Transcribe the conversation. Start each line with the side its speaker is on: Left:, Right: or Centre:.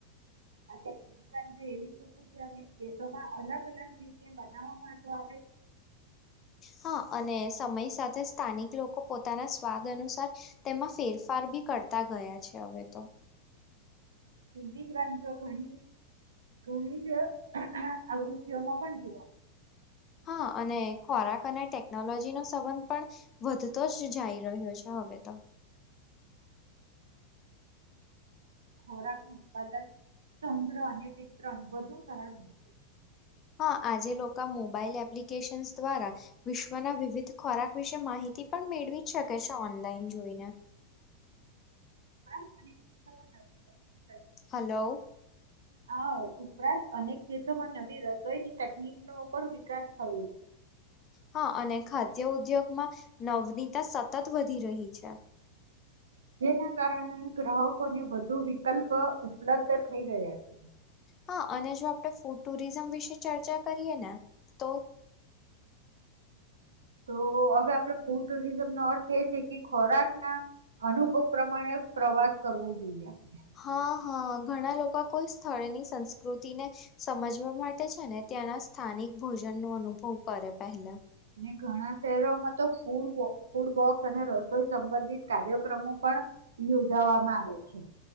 Right: આ <inaudible> એવી સ્થિતી છે અને દેશોમાં અલગ અલગ રીતે બનાવવામાં જો આવે
Left: હા અને સમય સાથે સ્થાનિક લોકો પોતાના સ્વાદ અનુસાર તેમાં ફેરફાર બી કરતા ગયા છે હવે તો.
Right: એવી જ વાંધો ઘણી ઘણી જ આવૃતતિઓમાં પણ જોઓ.
Left: હા અને ખોરાક અને ટેકનોલોજી નો સંબંધ પણ વધતો જ જઈ રહ્યો છે હવે તો.
Right: ખોરાક નું ઉત્પાદન, સંગ્રહ અને વિતરણ વધુ સરળ બની.
Left: હા આજે લોકો મોબાઈલ એપ્લિકેશન્સ દ્વારા વિશ્વના વિવિધ ખોરાક વિશે માહિતી પણ મેળવી જ શકે છે ઓનલાઈન જોઈને.
Right: <inaudible>
Left: હાલો.
Right: હા ઉપરાંત અનેક દેશોમાં નવી રસોઈની તકનીક નો પણ વિકાસ થયો છે.
Left: હા અને ખાદ્ય ઉદ્યોગમાં નવનીતા સતત વધી રહી છે.
Right: જેના કારણે ગ્રાહકો ને વધ ધુ વિકલ્પ ઉપલબ્ધ થ થઈ ગયા છે.
Left: હા અને જો આપણે ફૂડ ટુરિઝમ વિશે ચર્ચા કરીએ ને તો
Right: તો હવે આપડે ફૂડ ટુરિઝમ નો અર્થ એ છે કે ખોરાક ના અનુભવ પ્રમાણે પ્રવાસ કરવો જોઈએ આપણે.
Left: હા હા ઘણા લોકો કોઈ સ્થળની સંસ્કૃતિને સમજવા માટે છે ને ત્યાંના સ્થાનિક ભોજન નો અનુભવ કરે પહેલા.
Right: અને ઘણા શહેરોમાં તો ફૂડ બો ફૂડ બોક્સ અને રસોઈ સંબંધિત કાર્યક્રમો પણ યોજાવામાં આવે છે.